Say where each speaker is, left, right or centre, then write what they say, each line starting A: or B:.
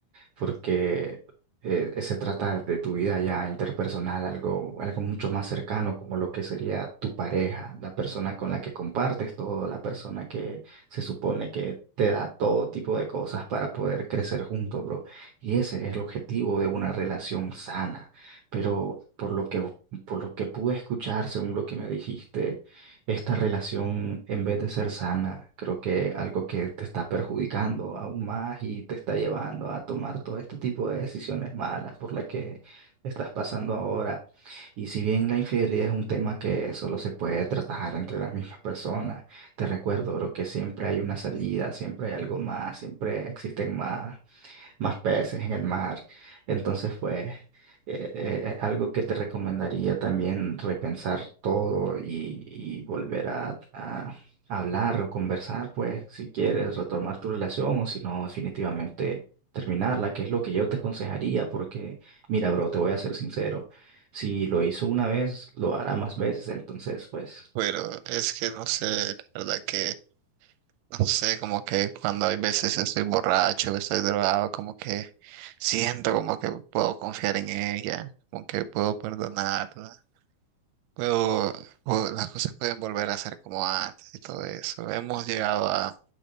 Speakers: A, on the right; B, on the right.
A: porque eh, se trata de tu vida ya interpersonal, algo, algo mucho más cercano como lo que sería tu pareja, la persona con la que compartes todo, la persona que se supone que te da todo tipo de cosas para poder crecer juntos, bro. Y ese es el objetivo de una relación sana. Pero por lo que, por lo que pude escuchar, según lo que me dijiste, esta relación, en vez de ser sana, creo que algo que te está perjudicando aún más y te está llevando a tomar todo este tipo de decisiones malas por las que estás pasando ahora. Y si bien la infidelidad es un tema que solo se puede tratar entre las mismas personas, te recuerdo, bro, que siempre hay una salida, siempre hay algo más, siempre existen más más peces en el mar. Entonces, pues, eh, eh, eh, algo que te recomendaría también repensar todo y, y volver a, a hablar o conversar, pues, si quieres retomar tu relación o si no, definitivamente terminarla, que es lo que yo te aconsejaría, porque, mira, bro, te voy a ser sincero, si lo hizo una vez, lo hará más veces, entonces, pues...
B: Pero es que no sé, la verdad que No sé, como que cuando hay veces estoy borracho, estoy drogado, como que siento como que puedo confiar en ella, como que puedo perdonarla, puedo, puedo- las cosas pueden volver a ser como antes y todo eso. Hemos llegado a,